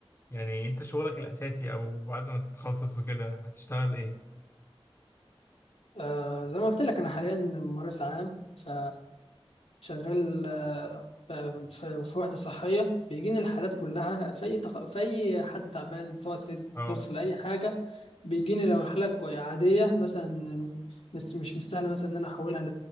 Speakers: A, on the left; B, on the left.
A: يعني انت شغلك الاساسي او بعد ما تتخصص وكده هتشتغل ايه
B: آه، زي ما قلت لك انا حاليا ممارس عام ف شغال آه، آه، في في وحدة صحية بيجيني الحالات كلها في أي تخ... في أي حد تعبان سواء ست
A: اه
B: طفل أي حاجة بيجيني لو الحالة كوي عادية مثلا مس- مش مستاهلة مثلا إن أنا أحولها ل...